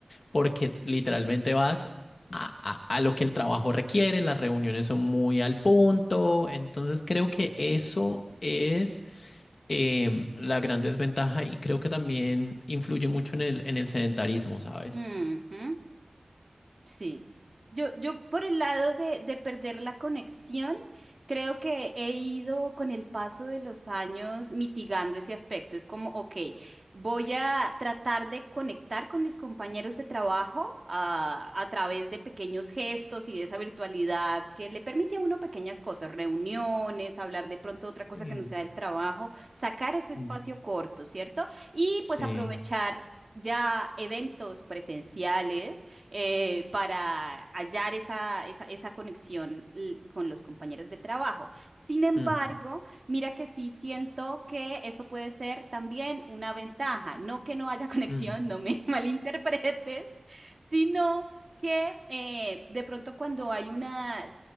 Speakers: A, on the left; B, on the right.
A: porque literalmente vas a, a- a lo que el trabajo requiere, las reuniones son muy al punto. Entonces creo que eso es em, la gran desventaja y creo que también influye mucho en el, en el sedentarismo, ¿sabes?
B: Ujú. Sí. Yo, yo por el lado de, de perder la conexión, creo que he ido con el paso de los años mitigando ese aspecto. Es como, ok, voy a tratar de conectar con mis compañeros de trabajo ah, a, través de pequeños gestos y de esa virtualidad que le permite a uno pequeñas cosas, reuniones, hablar de pronto de otra cosa
A: Sí.
B: que no sea del trabajo, sacar ese espacio
A: Mm.
B: corto, ¿cierto? Y pues
A: Sí.
B: aprovechar ya eventos presenciales eh, para hallar esa, esa, esa conexión l- con los compañeros de trabajo. Sin embargo,
A: Ujú,
B: mira que sí siento que eso puede ser también una ventaja. No que no haya <laughs> conexión,
A: mm.
B: no me <laughs> malinterpretes, sino que eh, de pronto cuando hay una